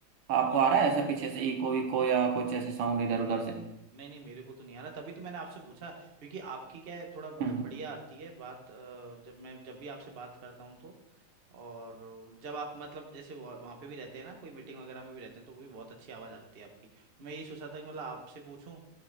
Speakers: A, on the right; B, on the right.
A: आपको
B: नहीं
A: आ रहा है ऐसा पीछे से इको विको या कुछ ऐसे साउंड इधर उधर से
B: नहीं नहीं मेरे को तो नहीं आ रहा तभी तो मैंने आपसे पूछा क्योंकि आपकी क्या है थोड़ा मतलब
A: हम्म हम्म
B: बढ़िया आती है बात अ, जब मैं जब भी आपसे बात करता हूँ तो और जब आप मतलब जैसे वह- वहाँ पे भी रहते हैं ना कोई मीटिंग वगैरह में भी रहते हैं तो वो भी बहुत अच्छी आवाज़ आती है आपकी तो मैं यही सोचा था कि मतलब आपसे पूछूं